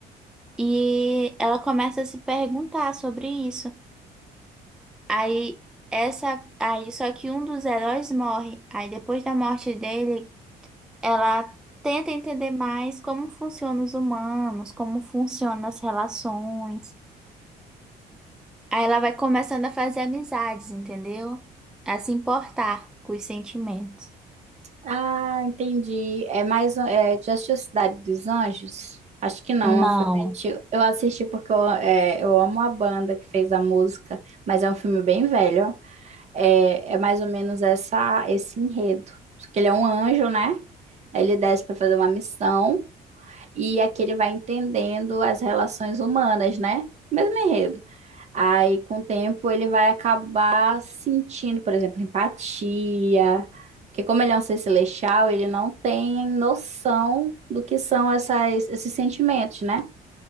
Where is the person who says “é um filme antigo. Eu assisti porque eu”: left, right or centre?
Right